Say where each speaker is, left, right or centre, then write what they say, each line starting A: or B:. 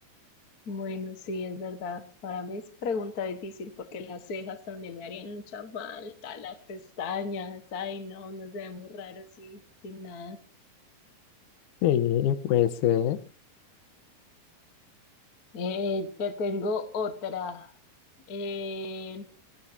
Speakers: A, on the left; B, on the left.
A: bueno, sí, es verdad. Para mí es pregunta difícil porque las cejas también me harían mucha falta, las pestañas, ay no, no se ve muy raro así, sin nada.
B: Sí, pues eh,
A: Eh, te tengo otra. Eh,